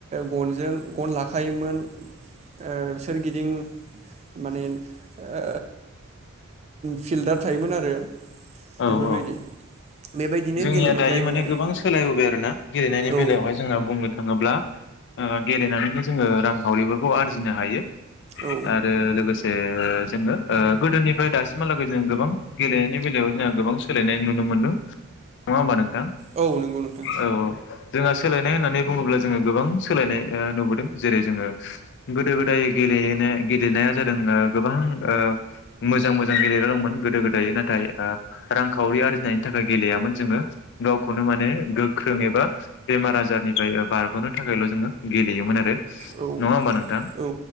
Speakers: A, on the right; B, on the left.
A: गनजों गन लाखायोमोन ओ सोरगिदिं माने ओ फिल्दा थायोमोन आरो।
B: औ
A: बेफोरबायदि
B: औ
A: बेबायदिनो
B: जोंनिया
A: गेलेनाय
B: दायो
A: जायोमोन
B: माने
A: आरो
B: गोबां सोलायबोबाय आरोना गेलेनायनि
A: औ
B: बेलायावहाय जोंहा बुंनो थाङोब्ला ओ गेलेनानैनो जोङो रांखावरिफोरखौ आरजिनो हायो।
A: औ
B: आरो लोगोसे जोङो ओ गोदोनिफ्राय दासिमहालागै जों गोबां गेलेनायनि बेलायाव जोंहा गोबां सोलायनाय नुनो मोनदों। नङा होमबा नोंथां?
A: औ नंगौ नोंथां
B: औ औ जोंहा सोलायनाय होननानै बुङोब्ला जोङो गोबां सोलायनाय ओ नुबोदों जेरै जोङो गोदो गोदाय गेलेनो गेलेनाया जादों ओ गोबां ओ मोजां मोजां गेलेग्रा दंमोन गोदो गोदाय नाथाय ओ रांखावरि आरजिनायनि थाख <unintelligible> गेलेयामोन जोङो गावखौनो माने गोख्रों एबा बेमार आजारनिफ्राय ओ बारग'नो थाखायल' जोङो गेलेयोमोन आरो‌
A: औ
B: नङा होमबा नोंथां
A: औ